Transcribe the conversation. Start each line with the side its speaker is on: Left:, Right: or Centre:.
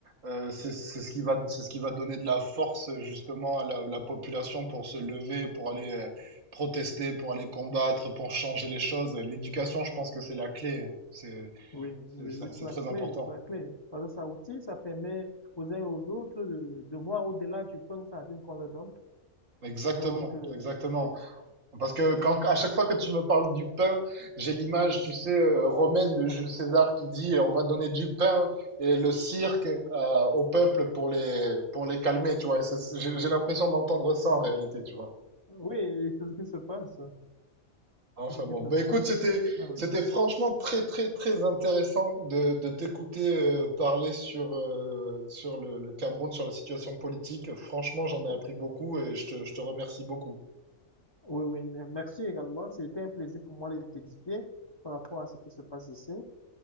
Right: euh, c'est, c'est ce qui va, c'est ce qui va donner de la force, justement, à la, la population pour se lever, pour aller euh, protester, pour aller combattre, pour changer les choses. L'éducation, je pense que c'est la clé. C'est,
Left: oui, oui,
Right: c'est, ça-
Left: oui,
Right: c'est
Left: c'est la
Right: très
Left: clé,
Right: important.
Left: c'est la clé. Parce que ça aussi, ça permet aux uns et aux autres de, de voir au-delà du pain sardine qu'on leur donne.
Right: Exactement,
Left: Donc, euh,
Right: exactement.
Left: oui,
Right: Parce que quand, à chaque fois que tu me parles du pain, j'ai l'image, tu sais, euh, romaine de Jules César qui dit euh, on va donner du pain et le cirque euh, au peuple pour les, pour les calmer, tu vois. Et c'est- J'ai j'ai l'impression d'entendre ça en réalité, tu vois.
Left: oui, c'est ce qui se passe.
Right: Enfin
Left: C'est ce qui
Right: bon,
Left: se
Right: bah écoute,
Left: passe.
Right: c'était,
Left: Ah
Right: c'était franchement très, très, très intéressant de, de t'écouter euh, parler sur, euh, sur le, le Cameroun, sur la situation politique. Franchement, j'en ai
Left: oui.
Right: appris beaucoup et je te, je te remercie beaucoup.
Left: Oui, oui, mais merci également. C'était un plaisir pour moi de t'édifier par rapport à ce qui se passe ici.